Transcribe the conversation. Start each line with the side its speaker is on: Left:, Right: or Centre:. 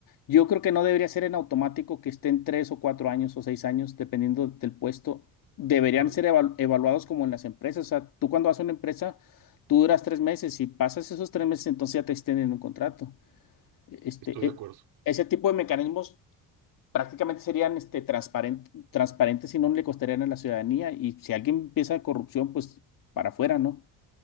Left: yo creo que no debería ser en automático que estén tres o cuatro años o seis años, dependiendo del puesto. Deberían
Right: Órale,
Left: ser evalu- evaluados como en las empresas. O sea, tú cuando vas a una empresa, tú duras tres meses. y pasas esos tres meses, entonces ya te extienden un contrato. Este,
Right: estoy de
Left: e-
Right: acuerdo.
Left: ese tipo de mecanismos prácticamente serían este, transparent transparentes y no le costarían a la ciudadanía. Y si alguien empieza corrupción, pues para afuera, ¿no?